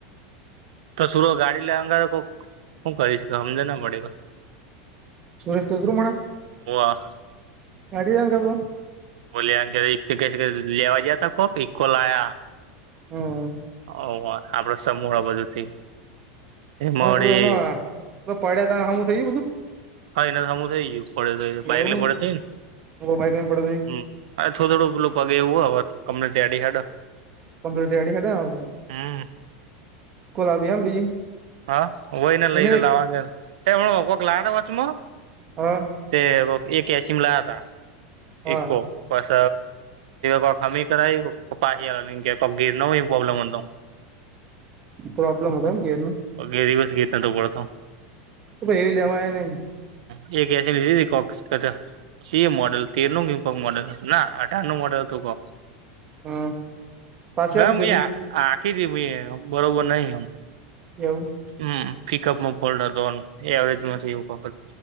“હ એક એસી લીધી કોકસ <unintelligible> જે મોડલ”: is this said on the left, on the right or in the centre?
Right